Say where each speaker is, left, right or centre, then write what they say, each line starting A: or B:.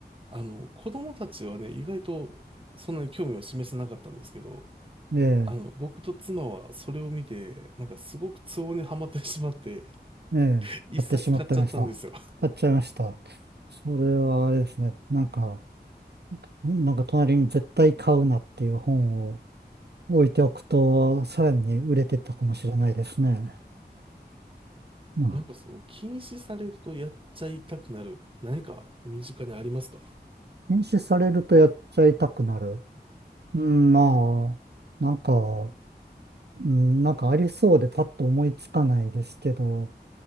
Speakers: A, on the right; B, on the right.
A: あの、子供たちはね、意外とそんなに興味を示せなかったんですけど、
B: ええ。
A: あの、僕と妻はそれを見て、なんかすごく都合にはまってしまって、
B: ええ。
A: 一冊買っちゃったんですよ。
B: 買ってしまったました。買っちゃいました。それはあれですね。なんか、なんか隣に絶対買うなっていう本を置いておくと、さらに売れてったかもしれないですね。うん。
A: なんかその禁止されるとやっちゃいたくなる何か身近にありますか
B: 禁止されるとやっちゃいたくなる。うん、まあ、なんか、うん、なんかありそうでパッと思いつかないですけど、